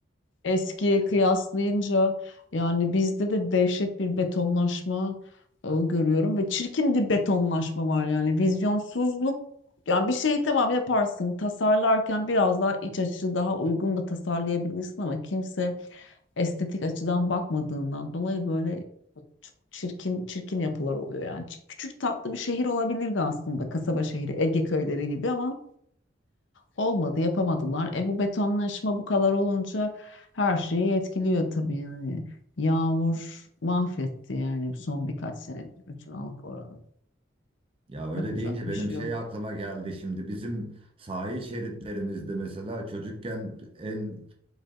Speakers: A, on the left; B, on the right.
A: Eskiye kıyaslayınca yani bizde de dehşet bir betonlaşma e, görüyorum ve çirkin bir betonlaşma var yani vizyonsuzluk yani bir şeyi tamam yaparsın tasarlarken biraz daha iç açıcı daha uygun da tasarlayabilirsin ama kimse estetik açıdan bakmadığından dolayı böyle çok çirkin çirkin yapılar oluyor yani küçük tatlı bir şehir olabilirdi aslında kasaba şehri Ege köyleri gibi ama Olmadı, yapamadılar. E bu betonlaşma bu kadar olunca her şeyi etkiliyor tabii yani. Yağmur mahvetti yani son birkaç senedir bütün halk oranı.
B: Ya öyle
A: Yapacak
B: deyince
A: bir
B: benim
A: şey
B: şey
A: yok.
B: aklıma geldi şimdi bizim sahil şeritlerimizde mesela çocukken en